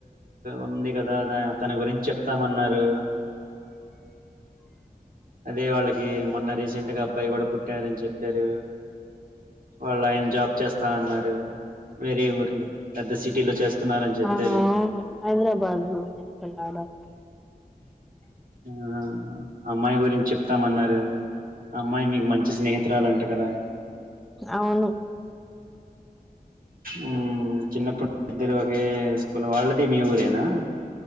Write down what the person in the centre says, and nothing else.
ఆ అవును హైదరాబాద్ లో తీసుకున్నాడు
అవును